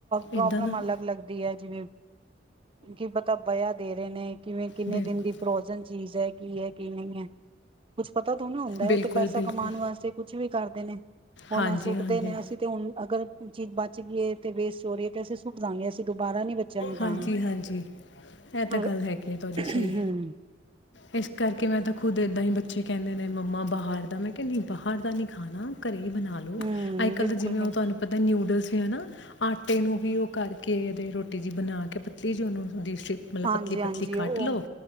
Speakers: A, on the right (about 30°); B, on the left (about 70°).
A: ਪ੍ਰੋਬਲਮ
B: ਇਦਾਂ ਦਾ
A: ਅਲੱਗ ਲੱਗਦੀ ਹੈ ਜਿਵੇਂ ਕੀ ਪਤਾ ਬਆ ਦੇ ਰਹੇ ਨੇ ਕਿਵੇਂ ਕਿੰਨੇ
B: ਬਿਲਕੁਲ
A: ਦਿਨ ਦੀ ਪ੍ਰੋਜਨ ਚੀਜ਼ ਹੈ ਕੀ ਹੈ ਕੀ ਨਹੀਂ ਹੈ ਕੁਛ ਪਤਾ ਤਾਂ ਓਨੂ ਹੁੰਦਾ ਹੈ
B: ਬਿਲਕੁਲ
A: ਉੱਥੇ ਪੈਸਾ
B: ਬਿਲਕੁਲ
A: ਕਮਾ ਵਾਸਤੇ ਕੁੱਛ ਵੀ ਕਰਦੇ ਨੇ ਹੁਣ
B: ਹਾਂਜੀ
A: ਸ
B: ਹਾਂਜੀ
A: ਦੇ ਨੇ ਅਸੀਂ ਤੇ ਹੁਣ ਅਗਰ ਚੀਜ਼ ਬਚੇਗੀ ਤੇ ਵੇਸਟ ਹੋ ਰਹੀ ਹੈ ਤੇ ਅਸੀਂ ਸੁੱਕ ਦਵਾਂਗੇ ਅਸੀਂ ਦੁਬਾਰਾ ਨੀ ਬੱਚਿਆਂ ਨੂੰ ਦਵਗੇ
B: ਹਾਂਜੀ ਹਾਂਜੀ ਇਹ
A: ਪਰ
B: ਤਾਂ ਗੱਲ ਹੈਗੀ ਹੈ ਤੁਹਾਡੀ
A: ਹਮ
B: ਸਹੀ ਇਸ ਕਰਕੇ ਮੈਂ ਤਾਂ ਖੁਦ ਇੱਦਾਂ ਹੀ ਬੱਚੇ ਕਹਿੰਦੇ ਨੇ ਮੰਮਾ ਬਾਹਰ ਦਾ ਮੈਂ ਕਹਿੰਦੀ ਬਾਹਰ ਦਾ ਨਹੀਂ ਖਾਣਾ ਘਰੇ ਹੀ ਬਣਾ ਲੋੋ
A: ਹੂੰ
B: ਅਜ ਕੱਲ੍ਹ
A: ਬਿਲਕੁਲ
B: ਤਾਂ ਜਿਵੇਂ
A: ਬਿਲਕੁਲ
B: ਉਹ ਤੁਹਾਨੂੰ ਪਤਾ ਨਿੂਡਲ ਹਨਾ ਅੱਠ ਪਤੇ ਨੂੰ ਵੀ ਉਹ ਕਰਕੇ ਇਹਦੇ ਰੋਟੀ ਜਿਹੀ ਬਣਾ ਕੇ ਪਤਲੀ ਜੀ ਉਹਨੂੰ ਦੀ ਮਤਲਬ
A: ਹਾਂਜੀ
B: ਪਤਲੀ
A: ਹਾਂਜੀ
B: ਪਤਲੀ ਕਾਟ
A: ਉਹ
B: ਲੋਓ